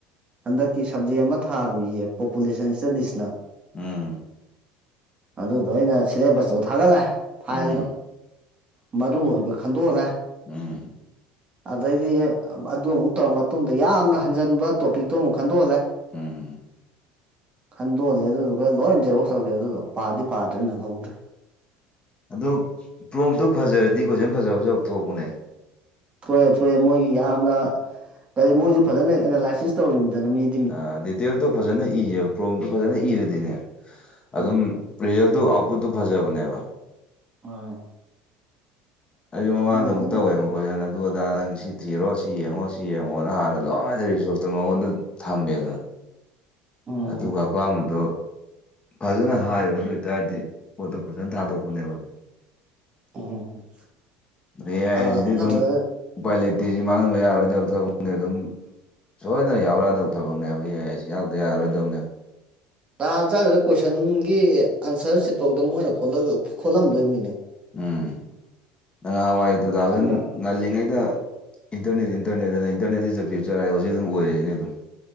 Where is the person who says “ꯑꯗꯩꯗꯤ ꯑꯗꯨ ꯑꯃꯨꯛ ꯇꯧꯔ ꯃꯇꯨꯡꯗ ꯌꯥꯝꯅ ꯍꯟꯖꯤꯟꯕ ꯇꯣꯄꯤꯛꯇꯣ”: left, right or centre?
Right